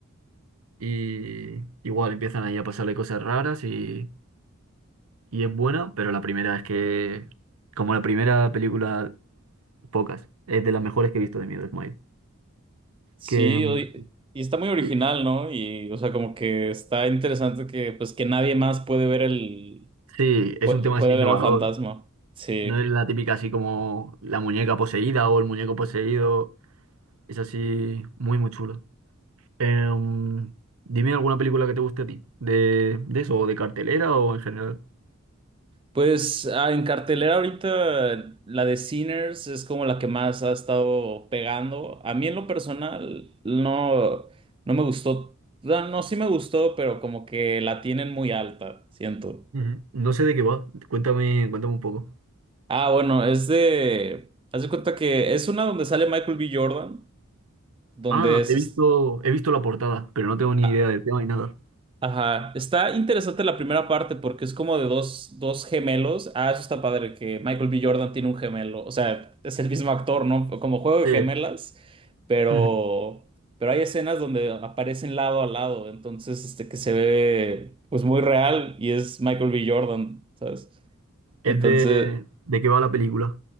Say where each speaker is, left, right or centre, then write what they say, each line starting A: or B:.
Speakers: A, on the right; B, on the right.
A: y igual empiezan ahí a pasarle cosas raras y, y es buena, pero la primera es que, como la primera película, pocas, es de las mejores que he visto de Miedo, Smile.
B: Sí,
A: Que mm,
B: o- y y está muy original,
A: sí,
B: ¿no? Y, o sea, como que está interesante que, pues, que nadie más puede ver el,
A: sí, es
B: pu-
A: un tema
B: puede
A: así innovador,
B: ver al fantasma. Sí.
A: no es la típica así como la muñeca poseída o el muñeco poseído, es así muy, muy chulo. Em, dime alguna película que te guste a ti, de, de eso, o de cartelera o en general.
B: Pues, ah, en cartelera ahorita la de Sinners es como la que más ha estado pegando. A mí en lo personal no, no me gustó. No, no, sí me gustó, pero como que la tienen muy alta, siento.
A: Ujú. No sé de qué va, cuéntame, cuéntame un poco.
B: Ah, bueno, es de, haz de cuenta que es una donde sale Michael B. Jordan, donde
A: Ah,
B: es,
A: he
B: es-
A: visto, he visto la portada, pero no tengo ni
B: ah,
A: idea del tema ni nada.
B: Ajá, está interesante la primera parte porque es como de dos, dos gemelos. Ah, eso está padre, que Michael B. Jordan tiene un gemelo. O sea, es el mismo actor, ¿no? Como juego de
A: Sí.
B: gemelas, pero,
A: Ujú.
B: pero hay escenas donde aparecen lado a lado. Entonces, este que se ve pues muy real y es Michael B. Jordan, ¿sabes? Entonces,
A: Es de, de qué va la película.